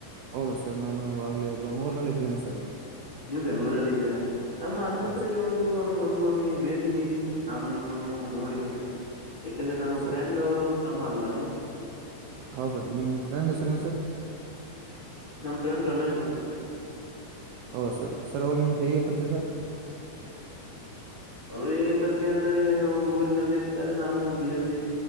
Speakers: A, on the right (about 75°); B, on the left (about 15°).
A: ಹೌದಾ ಸರ್ ನಾನು ಇವಾಗಲೇ ಬೆಂಗಳೂರಿನಲ್ಲಿ ಇದ್ದೇನೆ ಸರ್
B: ನೀವು ಬೆಂಗಗಳೂರಲ್ಲಿ ಇದ್ದೀರಾ ನಮ್ಮ ಆಸ್ಪತ್ರೆಗೆ
A: ಹ್ಮ್ ಸರ್
B: ಒಂದು ಒಂದು ಒಮ್ಮೆ ಭೇಟಿ ನೀಡಿ ನಾನು ನಿಮ್ಮನ್ನು ನೋಡಿಬೇಕು ಯಾಕಂದ್ರೆ ನಮ್ಮ
A: ಸರ್
B: ಫ್ರೆಂಡ್ ಅವರು ತಮ್ಮ ಅಲ್ವಾ ನೀವು
A: ಹೌ ಸರ್ ನಿಮ ಫ್ರಂಡ ಹೆಸರ್ ಏನು ಸರ್
B: ನಮ್ಮ್ ಪ್ರೆಂಡ್ ರಮೇಶ್ ಬೌ ಸರ್
A: ಹೌದಾ ಸರ್ ಸರ್ ಅವ್ರು ನಿಮಗೆ ಹೇಗೆ ಪರಿಚಯ ಸರ್
B: ಅವರು ಹೇಗೆ ಪರಿಚಯ ಎಂದರೆ ಅವ್ರು ಊರಿನಲ್ಲಿ ಇರ್ತಾರೆ ನಾನು ಬಿ ಎಲ್ಲಿ